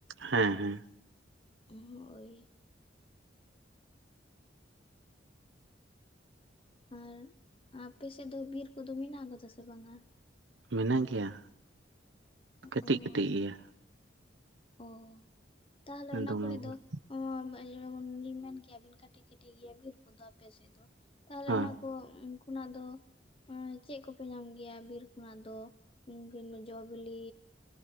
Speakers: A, on the right; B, on the left.
A: ᱦᱮᱸ ᱦᱮᱸ᱾
B: ᱦᱳᱭ᱾ ᱟᱨ ᱟᱯᱮ ᱥᱮᱫ ᱫᱚ ᱵᱤᱨ ᱠᱚᱫᱚ ᱢᱮᱱᱟᱜ ᱠᱟᱫᱟ ᱥᱮ ᱵᱟᱝᱟ?
A: ᱢᱮᱱᱟᱜ ᱜᱮᱭᱟ ᱠᱟᱹᱴᱤᱡ
B: ᱚ
A: ᱠᱟᱹᱴᱤᱡ ᱜᱮᱭᱟ᱾
B: ᱚ ᱛᱟᱦᱚᱞᱮ ᱚᱱᱟ
A: ᱫᱚᱢᱮ
B: ᱠᱚᱨᱮ
A: ᱵᱚᱲᱚ
B: ᱫᱚ ᱡᱮᱢᱚᱱ ᱢᱮᱱ ᱠᱮᱜᱼᱟ ᱵᱤᱱ ᱠᱟᱹᱴᱤᱡ ᱠᱟᱹᱴᱤᱡ ᱤᱭᱟᱹ ᱵᱤᱨ ᱠᱚᱫᱚ ᱟᱯᱮ ᱥᱮᱫ ᱫᱚ ᱛᱟᱦᱚᱞᱮ
A: ᱦᱮᱸ
B: ᱚᱱᱟ ᱠᱚ ᱩᱱᱠᱩᱚᱱᱟᱜ ᱫᱚ ᱮᱸ ᱪᱮᱫ ᱠᱚᱯᱮ ᱧᱟᱢ ᱜᱮᱭᱟ ᱵᱤᱨ ᱠᱷᱚᱱᱟᱜ ᱫᱚ <inaudible> ᱡᱚ ᱵᱤᱞᱤ